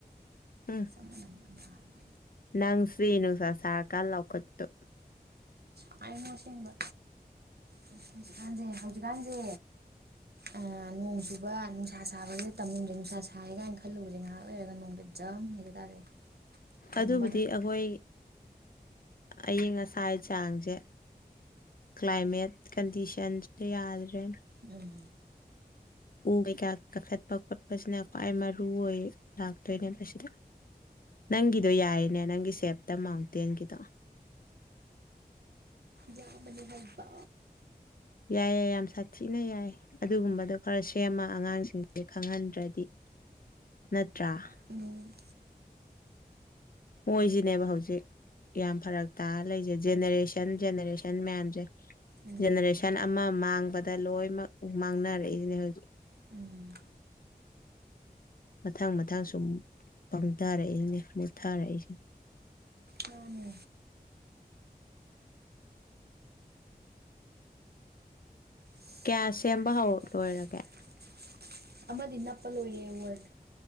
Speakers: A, on the left (about 65°); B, on the right (about 80°).
A: ꯎꯝ
B: ꯅꯨꯡꯉꯥꯏꯉꯣ
A: ꯅꯪꯁꯤ ꯅꯨꯡꯁꯥ ꯁꯥꯔꯀꯥꯟ ꯂꯧꯈꯠꯇꯣ
B: ꯁꯥꯏꯉꯣ ꯑꯁꯦꯡꯕ ꯍꯧꯖꯤꯛꯀꯥꯟꯁꯦ ꯍꯧꯖꯤꯛꯀꯥꯟꯁꯦ ꯑꯥ ꯅꯣꯡ ꯆꯨꯕ ꯅꯨꯡꯁꯥ ꯁꯥꯕꯒꯤ ꯇꯝꯃꯁꯦ ꯅꯨꯡꯁꯥ ꯁꯥꯥꯏꯌꯦ ꯀꯥꯏꯅ ꯈꯜꯂꯨꯕꯁꯦ ꯉꯥꯏꯍꯥꯛ ꯂꯩꯔꯒ ꯅꯣꯡꯗ <unintelligible> ꯇꯝꯕ
A: ꯑꯗꯨꯕꯨꯗꯤ ꯑꯩꯈꯣꯏ ꯑꯏꯤꯡ ꯑꯁꯥꯏ ꯆꯥꯡꯁꯦ ꯀ꯭ꯂꯥꯏꯃꯦꯠ ꯀꯟꯗꯤꯁꯟꯁꯨ ꯌꯥꯗ꯭ꯔꯦꯅ
B: ꯎꯝ
A: ꯎ ꯀꯩꯀꯥ ꯀꯥꯛꯊꯠꯄ ꯈꯣꯠꯄꯁꯤꯅ ꯈ꯭ꯋꯥꯏ ꯃꯔꯨ ꯑꯣꯏ ꯂꯥꯛꯇꯣꯏꯅꯦꯕ ꯁꯤꯗ ꯅꯪꯒꯤꯗꯣ ꯌꯥꯏꯅꯦ ꯅꯪꯒꯤ ꯁꯦꯞꯇ ꯃꯥꯎꯇꯦꯟꯒꯤꯗꯣ
B: ꯌꯥꯥꯕꯅꯦ ꯍꯥꯏꯕꯥ
A: ꯌꯥꯏꯌꯦ ꯌꯥꯝ ꯁꯥꯊꯤꯅ ꯌꯥꯏ ꯑꯗꯨꯒꯨꯝꯕꯗꯣ ꯈꯔ ꯁꯦꯝꯃ ꯑꯉꯥꯡꯁꯤꯡꯁꯦ ꯈꯪꯍꯟꯗ꯭ꯔꯗꯤ ꯅꯠꯇ꯭ꯔꯥ
B: ꯎꯝ
A: ꯃꯣꯏꯁꯤꯅꯦꯕ ꯍꯧꯖꯤꯛ ꯌꯥꯝ ꯐꯔꯛ ꯇꯥ ꯂꯩꯖꯦ ꯖꯦꯅꯦꯔꯦꯁꯟ ꯖꯦꯅꯦꯔꯦꯁꯟ ꯃꯌꯥꯝꯁꯦ
B: ꯎꯝ
A: ꯖꯦꯅꯦꯔꯦꯁꯟ ꯁꯟ ꯑꯃ ꯃꯥꯡꯕꯗ ꯂꯣꯏꯅꯃꯛ ꯃꯥꯡꯅꯔꯛꯏꯁꯤꯅꯦ ꯍꯧꯖꯤꯛ
B: ꯎꯝ
A: ꯃꯊꯪ ꯃꯊꯪ ꯁꯨꯝ ꯄꯪꯗꯔꯛꯏꯅꯦ ꯃꯨꯠꯊꯔꯛꯏꯁꯦ
B: ꯃꯥꯅꯦ ꯑꯁꯦꯡꯕꯩꯔꯅꯦ
A: ꯀꯌꯥ ꯁꯦꯝꯕ ꯍꯧ ꯂꯣꯏꯔꯒꯦ
B: <inaudible>
A: <unintelligible>
B: ꯑꯃꯗꯤ ꯅꯞꯄ ꯂꯣꯏꯔꯦ ꯋꯥꯔꯠ